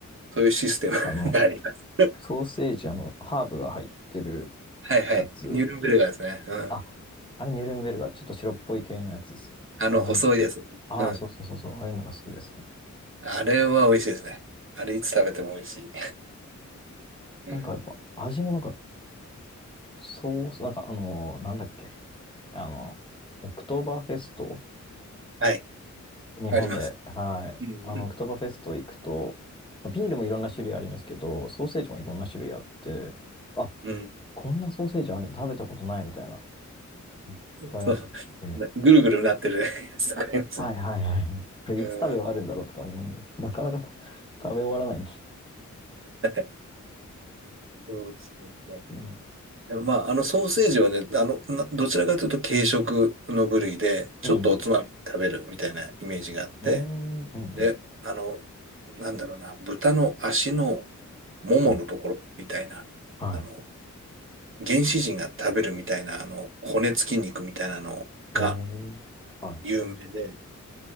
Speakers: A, on the right (about 45°); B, on the left (about 15°).
A: そういうシステム
B: かあの、
A: <laughs> があります。
B: ソーセージ、あの、ハーブが入ってる
A: はいはい。
B: やつ。
A: ニュルンベルガーですね。うん。
B: あ、あれ、ニュルンベルガー、ちょっと白っぽい系のやつですね。
A: あの、
B: ああいうのがああそうそうそうそう。
A: 細いやつ。うん。
B: ああいうのが好きですね。
A: あれは美味しいですね。あれいつ食べても美味しい。うん。
B: なんかやっぱ、味もなんかそう、なんかあの、なんだっけ。あの、オクトーバーフェスト、
A: はい。
B: 日本で、
A: あります。
B: はい。
A: うん。
B: あの、オクトーバーフェスト行くと、ビールもいろんな種類ありますけど、ソーセージもいろんな種類あって、あ、
A: うん。
B: こんなソーセージある、食べたことないみたいな、うんいっぱいあって、
A: そう。なぐるぐるなってるやつとかありますね。
B: あ、はいはいはいはい。これいつ食べ終わるんだろうとか思い、
A: うん。
B: なかなかた食べ終わらない。
A: はい。そうそうそう
B: うん。
A: でもまあ、あのソーセージはね、あの、などちらかというと軽食の部類で、ちょっとおつまみ食べるみたいなイメージがあって、
B: うん。うーん。うん。うん。
A: で、あの、なんだろうな、豚の足のもものところみたいな、
B: うんはい。
A: あの、原始人が食べるみたいな、あの、骨付き肉みたいなのが
B: へえ。はい。
A: 有名で、